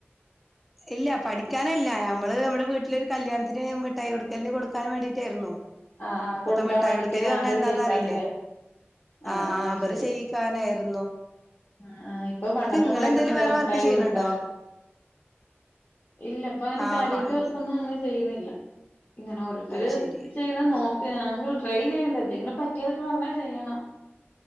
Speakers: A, in the centre; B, on the left (about 50°).
A: ഇല്ല പഠിക്കാനല്ല നമ്മള് നമ്മുടെ വീട്ടിലൊരു കല്യാണത്തിന് മിഠായി കൊടുക്കലിന് കൊടുക്കാൻ വേണ്ടിട്ടായിരുന്നു.
B: ആഹ് ആഹ്
A: ഇപ്പോഴത്തെ
B: കൊടുക്കാൻ
A: മിഠായി
B: വേണ്ടിട്ട്
A: കൊടുക്കല്
B: ഹാമ്പർ
A: പറഞ്ഞാ എന്താന്ന്
B: ചെയ്യിക്കാന്ല്ലേ
A: അറിയില്ലേ? ഹാമ്പർ
B: ആഹ് ആഹ് ശരി
A: ചെയ്യിക്കാനായിരു
B: ആഹ് ആഹ്. ഇപ്പൊ പണ്ടത്തെമാതിരി
A: നിങ്ങളെന്തേലും
B: ഒന്നുമല്ലല്ലോ
A: വേറെ
B: മിഠായി
A: വർക്ക് ചെയ്യണുണ്ടോ
B: കൊടുക്ക ഇല്ല ഇപ്പൊ അങ്ങനെ
A: ആ
B: കാര്യമായിട്ട്
A: പണ്ടത്തെ
B: വർക്കൊന്നും അങ്ങനെ ചെയ്യുന്നില്ല. ഇങ്ങനെ ഓരോരുത്തർ
A: അത് ശരി
B: ചെയ്യുന്നത് നോക്ക ട്ട് നമുക്ക് ട്രൈ ചെയ്യണ്ടെ എന്തെങ്കിലും പറ്റിയതൊക്കെ വന്നാൽ ചെയ്യണം.